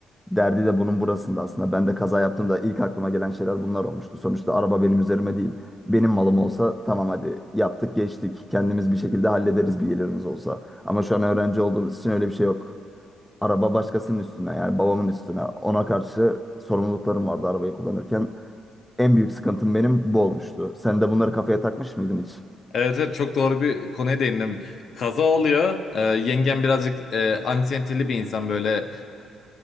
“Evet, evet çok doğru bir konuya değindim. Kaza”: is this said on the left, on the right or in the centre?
Left